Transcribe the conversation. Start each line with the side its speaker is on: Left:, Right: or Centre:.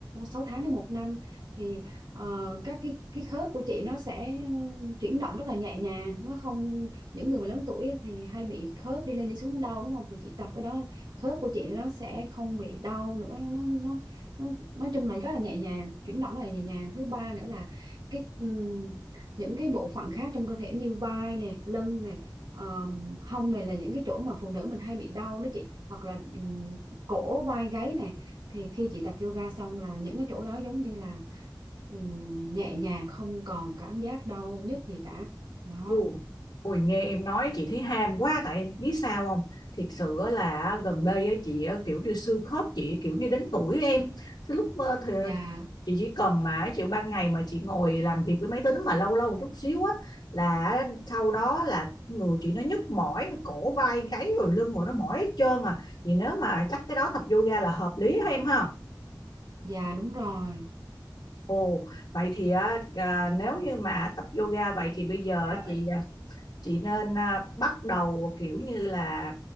Right: 6 tháng đến một năm thì ờ, các cái cái khớp của chị nó sẽ ừ, chuyển động rất là nhẹ nhàng, nó không những người mà lớn tuổi thì hay bị khớp đi lên đi xuống nó đau đúng không? Thì chị tập cái đó khớp của chị nó sẽ không bị đau nữa, nó nó nó nói chung là rất là nhẹ nhàng, chuyển động rất là nhẹ nhàng. Thứ ba nữa là cái ừm, những cái bộ phận khác trong cơ thể như vai nè lưng nè ờm, hông này là những cái chỗ mà phụ nữ mình hay bị đau đó chị hoặc là ừm, cổ vai gáy nè thì khi chị tập yoga xong là những cái chỗ đó giống như là ừm, nhẹ nhàng không còn cảm giác đau nhức gì cả đó
Left: Ừ. Ôi nghe em nói chị thấy ham quá tại em biết sao không thiệt sự á là gần đây á, chị á, kiểu như xương khớp chị kiểu như đến tuổi em cái lúc ờ, thì
Right: dạ
Left: chị chỉ cần mà chịu ban ngày mà chị ngồi làm việc với máy tính mà lâu lâu một chút xíu á là sau đó là người chị nó nhức mỏi cổ vai gáy rồi lưng rồi nó mỏi hết trơn à vậy nếu mà chắc cái đó tập yoga là hợp lý ha em ha
Right: dạ đúng rồi
Left: Ồ, vậy thì á, à, nếu như mà tập yoga vậy thì bây giờ
Right: yoga
Left: chị
Right: vậy
Left: à, chị nên à, bắt đầu kiểu như là